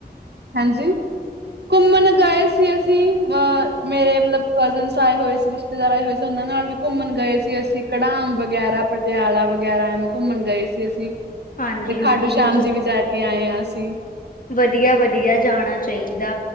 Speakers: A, on the right (about 80°); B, on the left (about 55°).
A: ਹੈਂਜੀ ਘੁੰਮਣ ਗਏ ਸੀ ਅਸੀਂ ਅ ਮੇਰੇ ਮਤਲਬ ਕਜ਼ਨਸ ਆਏ ਹੋਏ ਸੀ, ਰਿਸ਼ਤੇਦਾਰ ਆਏ ਹੋਏ ਸੀ ਓਨਾਂ ਨਾਲ ਵੀ ਘੁੰਮਣ ਗਏ ਸੀ ਅਸੀਂ ਕਢਾਮ ਵਗੈਰਾ, ਪਟਿਆਲਾ ਵਗੈਰਾ ਐਵੇਂ ਘੁੰਮਣ ਗਏ ਸੀ ਅਸੀਂ
B: ਹਾਂਜੀ
A: ਤੇ
B: ਹਾਂਜੀ
A: ਖਾਟੂ
B: ਨਹੀਂ
A: ਸ਼ਾਮ ਜੀ ਵੀ ਜਾ ਕੇ ਆਏ ਆਂ ਅਸੀਂ।
B: ਵਧੀਆ-ਵਧੀਆ ਜਾਣਾ ਚਾਈਦਾ